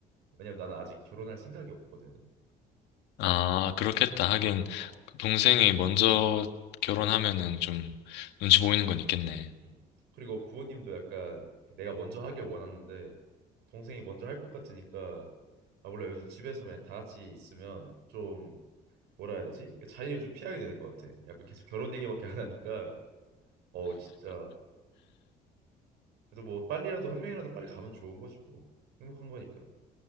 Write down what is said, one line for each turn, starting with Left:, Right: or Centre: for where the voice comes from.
Right: 왜냐면 나는 아직 결혼할 생각이 없거든
Left: 아 그렇겠다. 하긴
Right: 어
Left: 동생이 먼저 결혼하면은 좀 눈치 보이는 건 있겠네.
Right: 음. 그리고 부모님도 약간 내가 먼저 하길 원하는데 동생이 먼저 할 것 같으니까 아 몰라 요즘 집에서 그냥 다 같이 있으면 좀 뭐라 해야 되지? 그 자리를 좀 피하게 되는 것 같아. 약간 계속 결혼 얘기밖에 안 하니까 어 진짜 그래도 뭐 빨리라도 한 명이라도 빨리 가면 좋은 거지 뭐 행복한 거니까.